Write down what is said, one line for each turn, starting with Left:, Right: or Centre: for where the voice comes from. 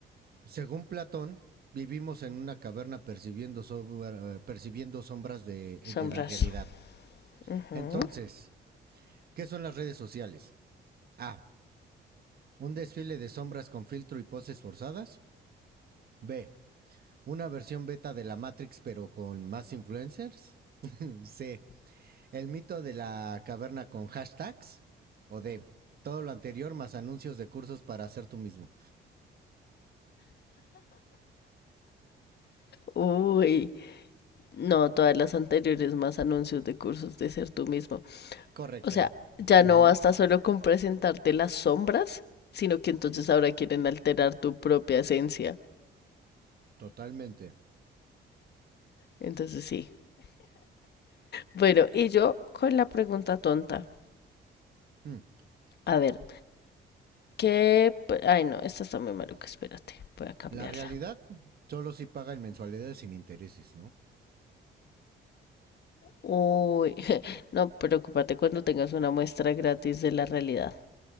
Right: Según Platón, vivimos en una caverna percibiendo, sobra- eh, percibiendo sombras de,
Left: Sombras.
Right: de la realidad.
Left: Ujú.
Right: Entonces, ¿qué son las redes sociales? A. Un desfile de sombras con filtro y poses forzadas. B. Una versión beta de la Matrix pero con más influencers. C. El mito de la caverna con hashtags. O D. Todo lo anterior más anuncios de cursos para hacer tú mismo.
Left: Uy, no, todas las anteriores más anuncios de cursos de ser tú mismo.
Right: Correcto.
Left: O sea, ya
Right: Ujú,
Left: no basta solo con presentarte las sombras, sino que entonces ahora quieren alterar tu propia esencia.
Right: Totalmente.
Left: Entonces sí. Bueno, y yo con la pregunta tonta.
Right: Mm.
Left: A ver, ¿qué? pe- Ay, no, esta está muy maluca, espérate, voy a cambiarla.
Right: La realidad solo si paga en mensualidades sin intereses, ¿no?
Left: Uy, <laughs> no, preocúpate cuando tengas una muestra gratis de la realidad.